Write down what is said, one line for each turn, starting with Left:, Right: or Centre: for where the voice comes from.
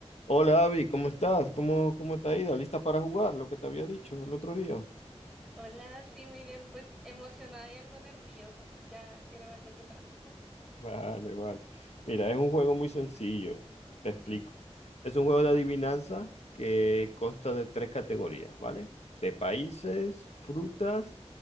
Left: Hola Avi, ¿cómo estás? ¿Cómo, cómo te ha ido? ¿Lista para jugar? Lo que te había dicho el otro día.
Centre: Hola, sí, muy bien, pues emocionada y algo nerviosa. Ya quiero ver de qué trata.
Left: Vale, vale. Mira, es un juego muy sencillo, te explico.
Centre: Ok,
Left: Es un juego de adivinanza que consta de tres categorías, ¿vale? De países, frutas